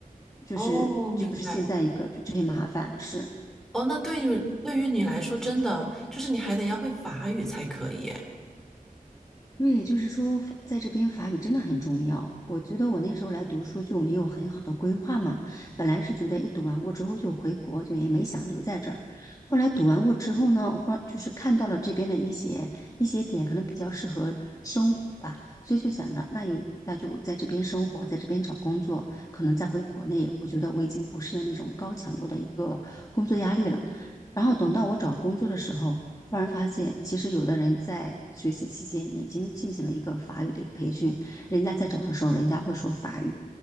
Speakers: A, on the left; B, in the centre.
A: 就是就是现在一个就这些麻烦是。
B: 哦，明白。哦，那对于对于你来说，真的就是你还得要会法语才可以，哎，
A: 对，就是说法在这边法语真的很重要。我觉得我那时候来读书就没有很好的规划嘛，本来是觉得一读完过之后就回国，就也没想留在这儿。后来读完过之后呢，我忽然就是看到了这边的一些一些点，可能比较适合生活吧，所以就想着那有那就在这边生活，在这边找工作，可能再回国内，我觉得我已经不适应那种高强度的一个工作压力了。然后等到我找工作的时候，忽然发现，其实有的人在学习期间已经进行了一个法语的一个培训，人家在找的时候，人家会说法语；